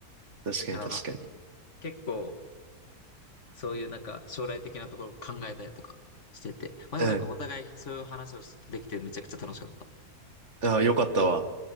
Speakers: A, on the right; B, on the left.
A: 確かに確かに。
B: だから、結構、そういうなんか、将来的なところを考えたりとかしてて。まあでもなんか、
A: うん。
B: お互いそういう話をしできて、めちゃくちゃ楽しかった。
A: ああ、よかったわ。